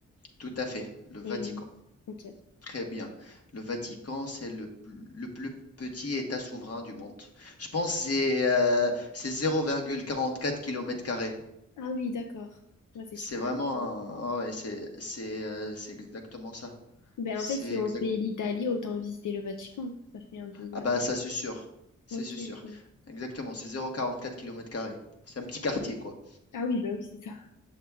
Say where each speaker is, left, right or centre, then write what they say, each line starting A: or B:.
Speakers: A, on the left (about 50°); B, on the left (about 85°).
A: Tout à fait, le Vatican.
B: Et, oui. Ok.
A: Très bien. Le Vatican, c'est le, pl- le plus petit État souverain du monde. Je pense que c'est euh, c'est 0,44 kilomètres carrés.
B: ah oui, d'accord. Ouais, c'est
A: C'est
B: super.
A: vraiment
B: compliqué.
A: un... ah ouais, c'est c'est, euh, c'est exactement ça.
B: Ben
A: C'est
B: en fait, si on
A: exact.
B: fait l'Italie, autant visiter le Vatican. Ça fait un pays
A: Ah
B: à
A: bah
B: part.
A: ça c'est sûr. C'est
B: Ok.
A: c'est sûr.
B: bon.
A: Exactement, c'est 0,44 kilomètres carrés. C'est un petit quartier quoi.
B: Ah oui, bah oui, c'est ça.